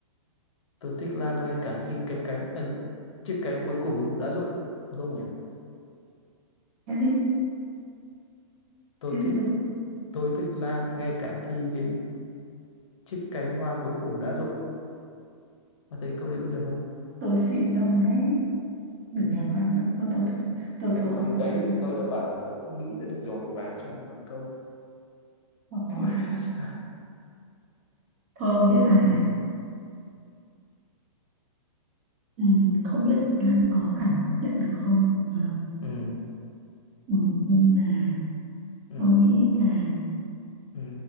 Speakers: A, on the left; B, on the right.
A: Tôi thích Lan ngay cả khi cái cánh ấn chiếc cánh cuối cùng đã rụng, đúng không nhỉ?
B: cái gì
A: Tôi
B: cái
A: thích
B: gì Dũng
A: tôi thích Lan ngay cả khi đến chiếc cánh hoa cuối cùng đã rụng. bạn thấy câu đấy có được không?
B: tôi xin ông đấy đừng làm văn nữa thôi tôi tôi tôi
A: Ờ,
B: thua
A: không
B: tôi
A: đấy
B: thua tôi
A: tôi
B: thua
A: đã bảo là tôi không nghĩ ra được rồi bà cho một vài câu
B: Ờ,
A: Ôi,
B: thua thua thua
A: xa.
B: thua nghĩa là
A: ừ,
B: ừ, không biết là có cảm nhận được không phải không?
A: ừ,
B: ừ, nhưng mà
A: ừ,
B: tôi nghĩ là
A: ừ,